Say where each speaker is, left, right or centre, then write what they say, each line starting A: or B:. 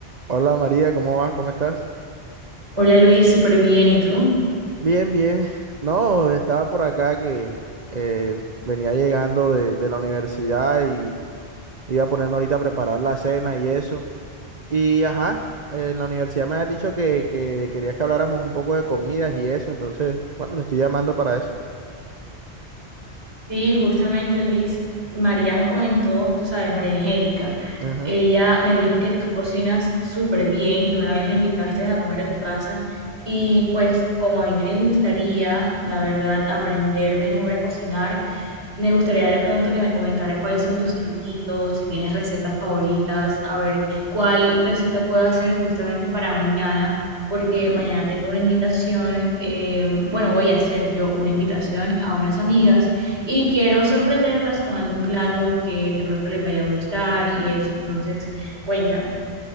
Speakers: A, on the right; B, on the right.
A: Hola María, ¿cómo vas? ¿Cómo estás?
B: Hola Luis, súper bien. ¿Y tú?
A: Bien, bien. No, estaba por acá que eh, venía llegando de, de la universidad y iba a ponerme ahorita a preparar la cena y eso. Y ajá, eh, en la universidad me has dicho que, que querías que habláramos un poco de comidas y eso, entonces, bueno, te estoy llamando para eso.
B: Sí, justamente Luis, María me comentó, tú sabes, María Angélica,
A: Ujú.
B: ella me dijo que tú cocinas súper bien, que una vez la invitaste a comer a tu casa y pues como a mí me gustaría, la verdad, aprender mejor a cocinar, Me gustaría de pronto que me comentaras cuáles son tus truquitos, si tienes recetas favoritas, a ver cuál receta puedo hacer justamente para mañana, porque mañana tengo una invitación, eh, bueno, voy a hacer yo una invitación a unas amigas y quiero sorprenderlas con algún plato que de pronto les vaya a gustar y eso. Entonces, cuéntame.